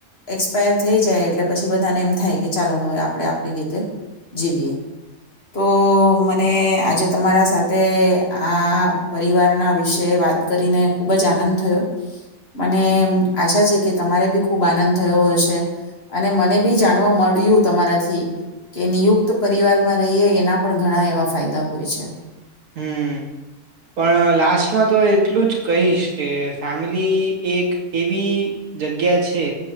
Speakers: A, on the left (about 45°); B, on the right (about 85°).
A: એક્સપાયર થઈ જાય એટલે પછી બધાને એમ થાય કે ચાલો હવે આપણે આપડી રીતે જીવીએ. તો મને આજે તમારા સાથે આ પરિવારના વિશે વાત કરીને ખૂબ જ આનંદ થયો. મને આશા છે કે તમારે બી ખૂબ આનંદ થયો હશે અને મને બી જાણવા મળ્યું તમારાથી કે નિયુક્ત પરિવારમાં રહીએ એના પણ ઘણા એવા ફાયદા હોય છે.
B: હમ પણ લાસ્ટમાં તો એટલું જ કહીશ કે ફેમિલી એક એવી જગ્યા છે